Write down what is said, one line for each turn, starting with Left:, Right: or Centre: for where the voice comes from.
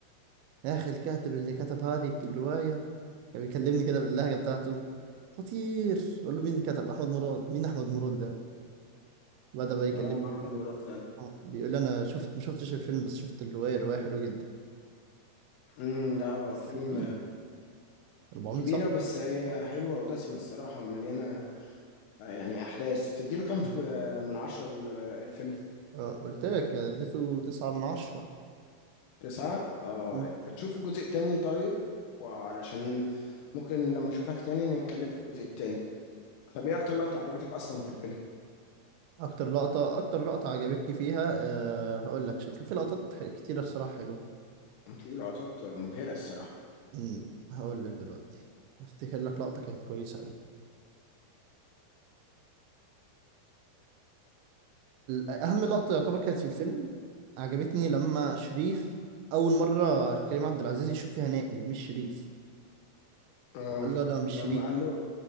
Right: يا أخي الكاتب اللي كتب هذه الرواية كان بيكلمني كده باللهجة بتاعته خطير أقول له مين اللي كتب أحمد مراد مين أحمد مراد ده بدأ بقى يكلمني
Left: اه
Right: بيقول
Left: احمد
Right: لي
Left: مراد فعلا
Right: أنا بيقول لي أنا شفت ما شفتش الفيلم بس شفت الرواية الرواية حلوة جدا
Left: امم ده هو
Right: بس
Left: فيلم
Right: كبيرة 400
Left: كبيرة
Right: صفحة
Left: بس هي حلوة ودسمة الصراحة ومليانة آه، يعني أحداث تديله كام
Right: مم.
Left: في من عشرة ال- الفيلم
Right: آه، قلت لك اديته تسعة من عشرة
Left: تسعة اه
Right: مم.
Left: بتشوف الجزء التاني طيب وعلشان ممكن لما أشوفك تاني نتكلم في الجزء التاني طب إيه أكتر لقطة عجبتك أصلا في الفيلم؟
Right: أكتر لقطة أكتر لقطة عجبتني فيها أه هقول لك عشان كان في لقطات كتيرة الصراحة حلوة
Left: في لقطات مبهرة الصراحة
Right: مم. هقول لك دلوقتي أفتكر لك لقطة كانت كويسة أوي. أهم لقطة يعتبر كانت في الفيلم عجبتني لما شريف أول مرة كريم عبد العزيز يشوف فيها نائل مش شريف
Left: اه
Right: وقال له ده مش
Left: لما
Right: شريف
Left: قال له